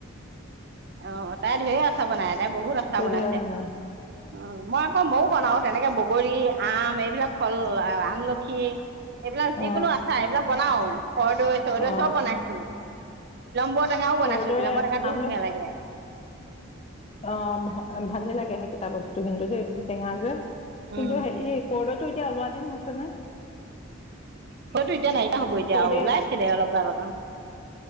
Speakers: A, on the right; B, on the left.
A: অ তাই ধেই আচাৰ বনাই, তাই বহুত আচাৰ
B: তই
A: বনাইছে
B: ধেৰ বনাই
A: অ, মই আকৌ মইয়ো বনাও তেনেকে বগ, গৰি, আম, এইবিলাক ফল আমলখি, এইবিলাক যিকোনো
B: অ
A: আচাৰ এইবিলাক বনাও। কৰ্দৈ চৰ্দৈ
B: অ
A: চব বনাইছো। বন
B: কৰদৈ
A: <unintelligible> <unintelligible> ধুনীয়া
B: আমলখ
A: লাগে।
B: অ ভালে লাগে সেইকেইটা বস্তু কিন্তু দেই, টেঙা যে। কিন্তু
A: উম।
B: হে কৰদৈটো এতিয়া ওলোৱা দিন হৈছে নে
A: হয়তো এতিয়া নাইকিয়া হ'ব এতিয়া
B: কৰদৈ
A: ওলাই আছিলে অলপ আগত অ।